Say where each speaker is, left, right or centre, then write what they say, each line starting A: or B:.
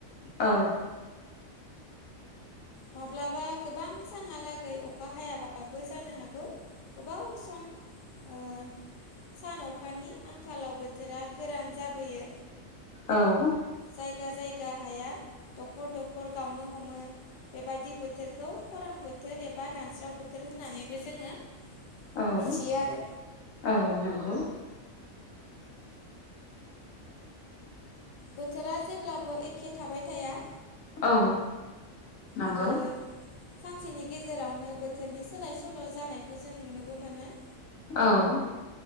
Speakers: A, on the left; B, on the left.
A: औ।
B: माब्लाबा गोबां सानहाला गै अखा हायाबाबो जानो हागौ गोबाव सम ओ सान अखानि आंखालाव बोथोरा गोरान जाबोयो।
A: औ।
B: जायगा जायगा हाया दखर दखर गावनो हमो बेबायदि बोथोर खौ खरां बोथोर एबा रानस्राव बोथोर होननानैबो जोङो
A: औ
B: मिथियो आरो
A: औ नंगौ।
B: बोथोरा जेब्लाबो एखे थाबाय थाया।
A: औ। नंगौ
B: आरो सानसेनि गेजेरावनो बोथोरनि सोलाय सोल' जानायखौ जों नुनोबो मोनो।
A: औ।